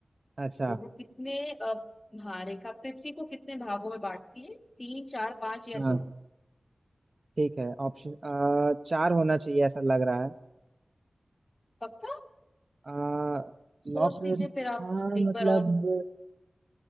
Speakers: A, on the right; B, on the left.
A: अच्छा
B: और वो कितने अ, हाँ रेखा पृथ्वी को कितने भागों में बांटती है तीन चार पांच या
A: हाँ
B: दो
A: ठीक है ऑप्शन अ, चार होना चाहिए ऐसा लग रहा है
B: पक्का
A: आ,
B: सोच
A: लॉक
B: लीजिए फिर आप
A: हाँ
B: एक
A: मतलब
B: बार और